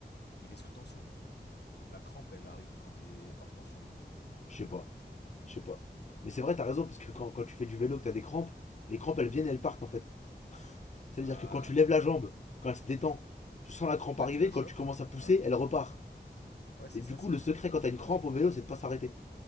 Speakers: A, on the left; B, on the left.
A: il est sous tension. La crampe, elle arrive quand t'es hors tension, non?
B: Je sais pas, je sais pas. Mais c'est vrai, t'as raison, parce que quand, quand tu fais du vélo, que t'as des crampes, les crampes, elles viennent, elles partent, en fait. C'est-à-dire
A: Bah,
B: que quand tu lèves la jambe, quand elle se détend, tu sens la crampe
A: là,
B: arriver,
A: tu la chopes.
B: quand tu commences à pousser,
A: Voilà.
B: elle repart.
A: Ouais, c'est
B: Et du
A: ça,
B: coup,
A: c'est
B: le
A: pour
B: secret
A: ça qu'en
B: quand
A: musculation,
B: t'as une crampe au
A: t'as
B: vélo,
A: l'impression.
B: c'est de pas s'arrêter.